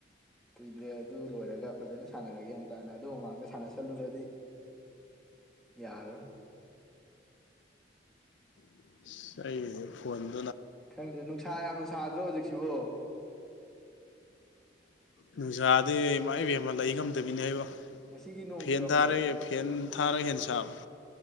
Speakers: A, in the centre; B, on the left.
A: ꯀꯨꯏꯗ꯭ꯔꯦ ꯑꯗꯨ ꯂꯣꯏꯔꯒ ꯐꯖꯅ ꯁꯥꯟꯅꯔꯒꯦ ꯒꯌꯥꯟ ꯇꯥꯅ ꯑꯗꯨ ꯃꯃꯥꯡꯗ ꯁꯥꯟꯅꯁꯜꯂꯨꯔꯗꯤ ꯌꯥꯔꯔꯣꯏ <unintelligible>
B: <unintelligible> ꯐꯣꯟ
A: ꯈꯪꯗꯦ ꯅꯨꯡꯁꯥ ꯌꯥꯝꯅ ꯁꯥꯗ꯭ꯔꯣ ꯍꯧꯖꯤꯛꯁꯤꯕꯣ
B: ꯅꯨꯡꯁꯥꯗꯤ ꯏꯃꯥꯏ ꯄꯦꯝꯃ ꯂꯩ ꯉꯝꯗꯕꯤꯅꯦ ꯏꯕꯣ
A: ꯉꯁꯤꯒꯤ ꯅꯣꯡ
B: ꯐꯦꯟ
A: ꯆꯨꯔꯝꯕ꯭ꯔꯣ
B: ꯊꯥꯔꯦ ꯐꯦꯟ ꯊꯥꯔꯒ ꯍꯦꯟ ꯁꯥꯕ